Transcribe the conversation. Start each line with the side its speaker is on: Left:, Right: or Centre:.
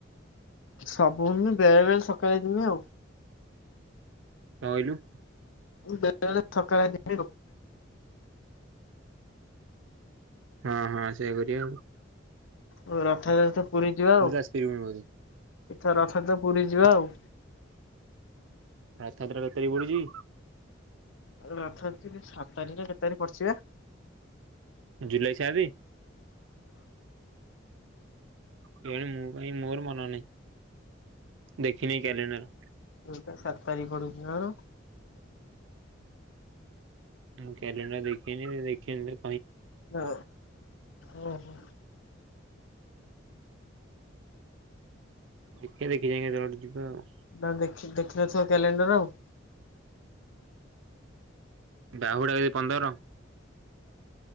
Left: ସବୁ ହମି ବେଳେ ବେଳେ ସକାଳେ ଯମି ଆଉ।
Right: କ କହିଲୁ।
Left: ବେଳେଳେ ସକାଳେ।
Right: ହଁ ହଁ ସେଇଆ କର।
Left: ହ ର ରଥ ଯଥ ପୁରୀ ଯିବା ଆଉ
Right: ଆସିପାରିବୁନି ବୋଧେ।
Left: ଏଥ ରଥ ତ। ପୁରୀ ଯିବା ଆଉ।
Right: ରାଥାତ୍ରା ତତାର ପଡୁଛି।
Left: ରଥ ଅଛି ସାତ ତାରିଖ ନା କେତେ ତାରିଖ ପଢଚିବା।
Right: ଜୁଲାଇ ଚାରି। ସେ ମୁଁ କ ମୋର ମନ ନାହିଁ ଦେଖିନି କ୍ୟାଲେଣ୍ଡର।
Left: ହ ତ ସାତ ତି ପଡୁଛି ଆଣ।
Right: ମୁଁ କ୍ୟାଲେଣ୍ଡର ଦେଖିନି ଦେଖିନ।
Left: ହ ଓ ହୋ।
Right: ଦେଖିବା ଦେଖି ଯାଇ ତେବେ ଯିବା ଆଉ।
Left: ନା ଦେଖ ଦେଖିନଥିବ କ୍ୟାଲେଣ୍ଡର ଆଉ।
Right: ବାହୁଡ଼ା ବି ପନ୍ଦର।